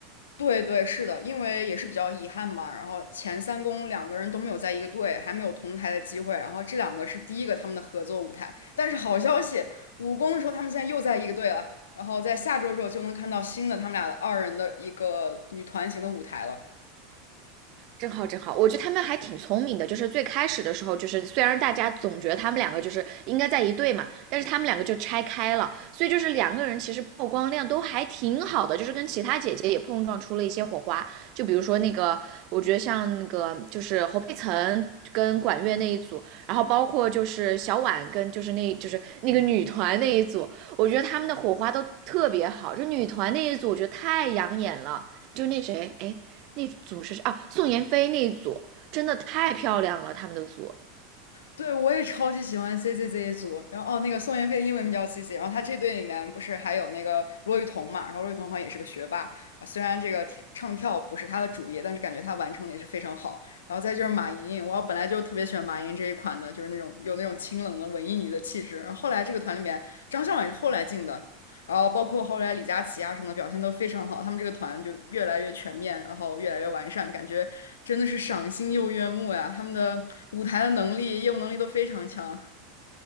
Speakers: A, on the left; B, on the right.
A: 对对，是的，因为也是比较遗憾嘛。然后前三公两个人都没有在一个队，还没有同台的机会。然后这两个是第一个他们的合作舞台。但是好消息，五公的时候他们现在又在一个队了。然后在下周的时候就能看到新的他们俩的二人的一个女团型的舞台了。
B: 真好，真好！我觉得他们还挺聪明的，就是最开始的时候，就是虽然大家总觉得他们两个就是应该在一队嘛，但是他们两个就拆开了，所以就是两个人其实曝光量都还挺好的，就是跟其他姐姐也碰撞出了一些火花。就比如说那个，我觉得像那个就是侯佩岑跟管乐那一组，然后包括就是小婉跟就是那就是那个女团那一组，我觉得他们的火花都特别好。就女团那一组，我觉得太养眼了。就那谁，哎，那组是啊，宋妍霏那一组真的太漂亮了，他们的组
A: 对，我也超级喜欢 CCZ 组，然后哦，那个宋妍霏英文名叫 CC，然后她这队里面不是还有那个骆玉彤嘛，然后骆玉彤好像也是个学霸啊，虽然这个跳唱跳不是她的主业，但是感觉她完成的也是非常好。然后再就是马莹莹，我本来就特别喜欢马莹莹这一款的，就是那种有那种清冷的文艺女的气质。然后后来这个团里面张校婉是后来进的，然后包括后来李佳琦啊什么的表现都非常好，他们这个团就越来越全面，然后越来越完善，感觉真的是赏心又悦目呀。他们的舞台的能力、业务能力都非常强。